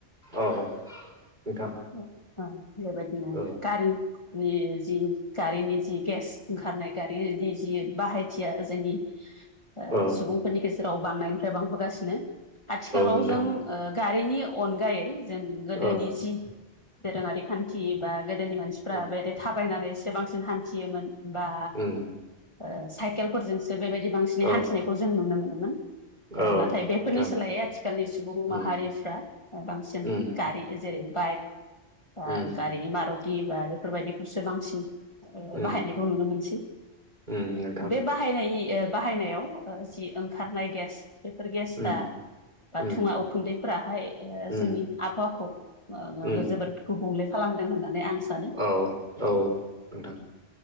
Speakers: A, on the right (about 40°); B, on the left (about 25°).
A: औ नोंथां
B: उ अ जेबो नङा
A: औ
B: गारि नि जि गारिनि जि गेस ओंखारनाय गारिनि जि बाहायथिया जोंनि अ
A: औ
B: सुबुंफोरनि गेजेराव बांनायनिफ्राय बांबोगासिनो। आथिखालाव
A: नोंथां
B: जों अ गारिनि अनगायै जों गोदोनि
A: औ
B: जि दोरोङारि खान्थि बा गोदोनि मानसिफ्रा
A: उम
B: बेदि थाबायनानै एसे बांसिन हान्थियोमोन। बा
A: उम औ
B: अ साइकेलफोरजोंसो बेबायदि बांसिनै
A: औ
B: हान्थिनायखौ जों नुनो मोनोमोन।
A: नोंथां
B: अ नाथाय बेफोरनि सोलायै आथिखालनि सु बुं
A: उम
B: माहारिफ्रा बांसिन
A: उम
B: गारि जेरै- बाइक अ
A: उम
B: गारिनि मा रुति बा बेफोरबायदिफोरसो बांसिन अ
A: उम
B: बाहायनायखौ नुनो मोनसै
A: उम नोंथां
B: बे बाहायनायनि बाहायनायाव जि ओंखारनाय गेस बेफोर गेसा
A: उम उम
B: थुङा उखुन्दैफ्राहाय अ
A: उम
B: जोंनि आबहावाखौ अ
A: उम
B: जोबोद गुबुंले खालामदों होननानै आं सानो
A: औ औ नोंथां